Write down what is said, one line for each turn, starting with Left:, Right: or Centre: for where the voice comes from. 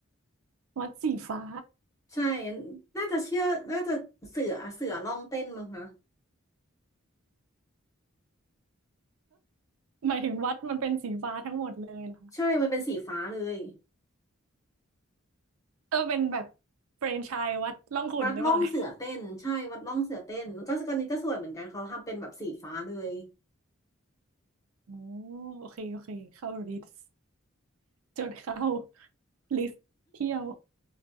Right: วัดสีฟ้า
Left: ใช่น่าจะเชื่อน่าจะเสือเสือร่องเต้นมั้งคะ
Right: หมายถึงวัดมันเป็นสีฟ้าทั้งหมดเลยเหรอคะ
Left: ใช่มันเป็นสีฟ้าเลย
Right: เออเป็นแบบแฟรนไชส์วัดร่องขุ่นหรือเปล่าเนี่ย
Left: วัดร่องเสือเต้นใช่วัดร่องเสือเต้นก็ก็นนี้ก็สวยเหมือนกันเขาทำเป็นแบบสีฟ้าเลย
Right: โอ้โอเคโอเคเข้าลิสต์จดเข้าลิสต์เที่ยว